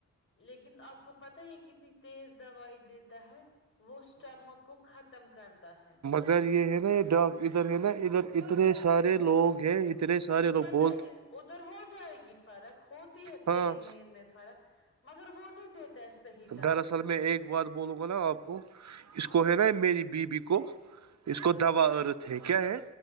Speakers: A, on the left (about 45°); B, on the right (about 65°).
A: لیکن آپ کو پتا یہ کتنی تیز دوائی دیتا ہے وہ اسٹمک کو ختم کرتا ہے
B: ادھر یہ ہے نا یہ ڈ ادھر ہے نا ادھر اتنے سارے لوگ ہیں اتنے سارے
A: مجھے
B: لوگ
A: پتا
B: بول
A: ہے ادھر ہو جائے گی فرق ہوتی ہے
B: ہاں
A: پین وین میں فرق مگر وہ نہیں دیتے صیح
B: دراصل میں ایک بات بولوں گا نا آپ کو
A: ہاں
B: اس کو ہے نا میری بیوی کو اس کو دوبا عرت ہے کیا ہے